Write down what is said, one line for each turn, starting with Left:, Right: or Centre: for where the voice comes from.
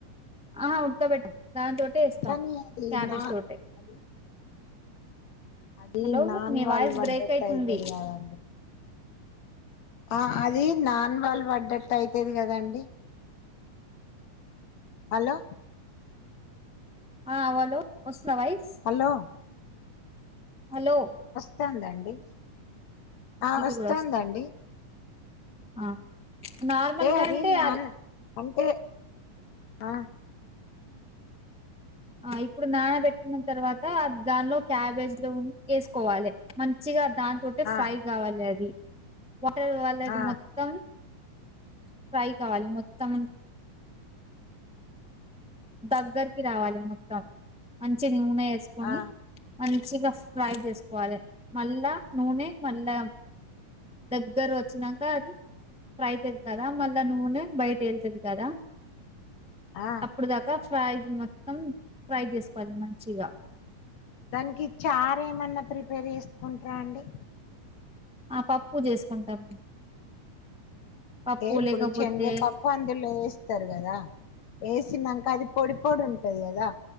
Centre: ఆహా ఉదుకబెట్టద్దు దాం తోటె ఏస్తాం
Left: కానీ అది
Centre: క్యాబేజ్
Left: నా
Centre: తోటే
Left: అది అది
Centre: హలో
Left: నాన్
Centre: మీ
Left: వాల్
Centre: వాయిస్
Left: పడ్డట్టు
Centre: బ్రేక్ అయితుంది
Left: అయితది కదా ఆ అది నాన్ వాళ్ళు పడ్డట్టు అయితది కదాండి హలో
Centre: ఆ హలో వస్తవా వైస్
Left: హలో
Centre: హలో
Left: వత్తాందండి ఆ
Centre: ఇది
Left: వస్తాందండి
Centre: కూడా వస్తుంది ఆ నార్మల్గా
Left: అది
Centre: అంటే
Left: నాన్
Centre: అలా
Left: అంటే ఆ
Centre: ఆ ఇప్పుడు నాన పెట్టుకున్న తర్వాత దానిలో క్యాబేజ్ లో ఉప్పు వేసుకోవాలి మంచిగా దాని తోటే ఫ్రై
Left: ఆ
Centre: కావాలి అది వాటర్ వాళ్ళది
Left: ఆ
Centre: మొత్తం ఫ్రై కావాలి మొత్తం దగ్గరికి రావాలి మొత్తం మంచి నూనె వేసుకొని
Left: ఆ
Centre: మంచిగా ఫ్రై చేసుకోవాలి మళ్ళా నూనె మళ్ళా దగ్గర వచ్చినంకా అది ఫ్రైచేస్తారా మళ్ళా నూనె బయట ఏసేస్తారా
Left: ఆ
Centre: అప్పుటి దాకా ఫ్రై మొత్తం ఫ్రై చేసుకోవాలి మంచిగా
Left: దానికి చారు ఏమన్నా ప్రిపేర్ చేసుకుంటార అండి
Centre: ఆ పప్పు చేసుకుంటాం పప్పు
Left: ఇప్పుడు
Centre: లేకపోతే
Left: శనగ పప్పు అందులో వేస్తారు కదా ఏసినంక అది పొడిపొడి ఉంటది కదా